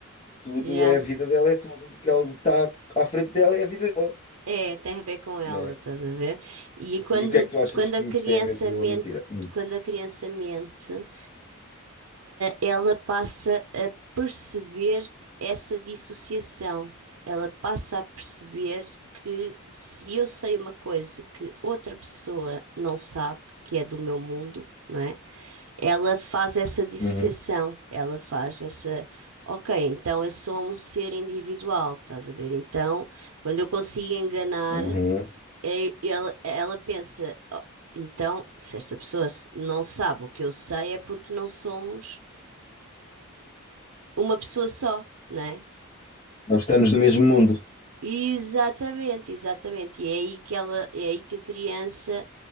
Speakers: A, on the left; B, on the right.
A: tudo
B: yeah.
A: é a vida dela, é tudo. O que ela- o que está à frente dela é a vida dela.
B: É, tem a ver com ela,
A: né?
B: estás a ver? E quando,
A: E o que é que tu achas
B: quando
A: que
B: a
A: isso
B: criança
A: tem a ver com
B: mente,
A: uma mentira? Hum.
B: quando a criança mente, ela passa a perceber essa dissociação. Ela passa a perceber que se eu sei uma coisa que outra pessoa não sabe, que é do meu mundo, não é? Ela faz essa dissociação,
A: Uhum.
B: ela faz essa. Ok, então eu sou um ser individual, estás a ver? Então, quando eu consigo enganar,
A: Uhum.
B: eh, ela, ela pensa, "Oh, então, se esta pessoa s- não sabe o que eu sei, é porque não somos uma pessoa só, não é?
A: Não estamos no mesmo mundo,
B: Exatamente, exatamente. E é aí que ela, é aí que a criança